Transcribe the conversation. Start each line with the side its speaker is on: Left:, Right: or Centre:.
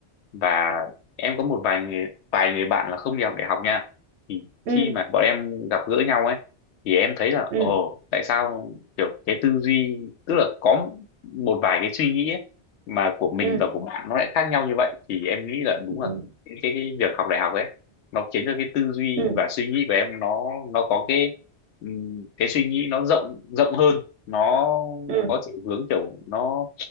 Left: và em có một vài người vài người bạn là không đi học đại học nha thì
Right: ừ
Left: khi mà bọn em gặp gỡ nhau ấy thì em thấy là
Right: ừ
Left: ồ tại sao kiểu cái tư duy tức là có một vài cái suy nghĩ ấy, mà của mình
Right: ừ
Left: và của bạn nó lại khác nhau như vậy thì em nghĩ là đúng
Right: ừ
Left: là
Right: ừ
Left: cái cái, cái việc học đại học ấy nó khiến cho cái tư duy
Right: ừ,
Left: và suy nghĩ của em nó nó có cái ừm, cái suy nghĩ nó rộng rộng hơn nó
Right: ừ.
Left: có chiều hướng kiểu nó